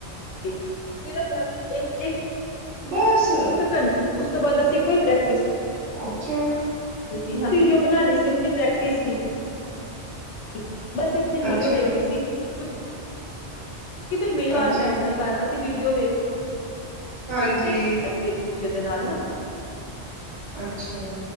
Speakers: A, on the left (about 80°); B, on the right (about 85°).
A: <unintelligible> ਸਿਰਫ ਅਸੀ ਇੱਕ ਇੱਕ
B: ਬਸ।
A: ਘੰਟੇ ਉਸ ਤੋਂ ਬਾਅਦ ਅਸੀਂ ਕੋਈ ਪ੍ਰੈਕ
B: ਅੱਛਾ।
A: <unintelligible> ਵੀਡੀਓ ਬਨਾ ਲਈ ਸੀ ਆਪਣੀ ਪ੍ਰੈਕਟਿਸ ਦੀ। <inaudible> ਬਸ ਆਪਣੀ
B: ਅੱਛਾ
A: ਵੀਡੀਓ ਵੇਖ ਲਈ ਸੀ <unintelligible> ਕੀ ਫਿਰ ਮੇ ਘਾਰ,
B: ਅੱਛਾ
A: ਮੈਂ ਆਪਣੇ ਘਾਰ। ਅਸੀ ਵੀਡੀਓ ਵੇਖ
B: ਹਾਂਜੀ
A: <unintelligible> ਅਸੀ ਇੱਕ ਦੂਜੇ ਦੇ ਨਾਲ ਨਾ
B: ਅੱਛਾ